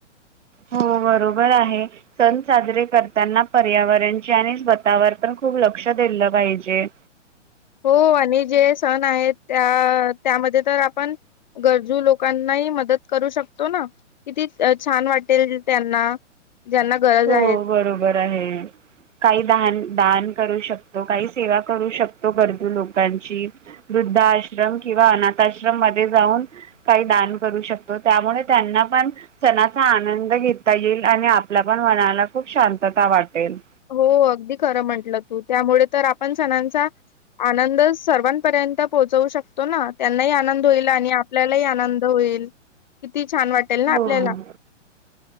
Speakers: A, on the right (about 75°); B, on the left (about 40°).
A: हो बरोबर आहे सण साजरे करताना पर्यावरणचे आणि स्वतःवर पण खूप लक्ष दिलं पाहिजे
B: हो आणि जे सण आहेत त्या त्यामध्ये तर आपण गरजू लोकांनाही मदत करू शकतो ना किती अ छान वाटेल त्यांना ज्यांना गरज
A: हो
B: आहेत.
A: बरोबर आहे काही दाहाण दान करू शकतो काही सेवा करू शकतो गरजू लोकांची वृद्धा आश्रम किंवा अनाथ आश्रम मध्ये जाऊन काही दान करू शकतो त्यामुळे त्यांना पण सणाचा आनंद घेता येईल आणि आपला पण मनाला खूप शांतता वाटेल
B: हो अगदी खरं म्हंटलं तू त्यामुळे तर आपण सणांचा आनंद सर्वांपर्यंत पोहोचवू शकतो ना त्यांनाही आनंद होईल आणि आपल्यालाही आनंद होईल किती छान वाटेल ना
A: हो.
B: आपल्याला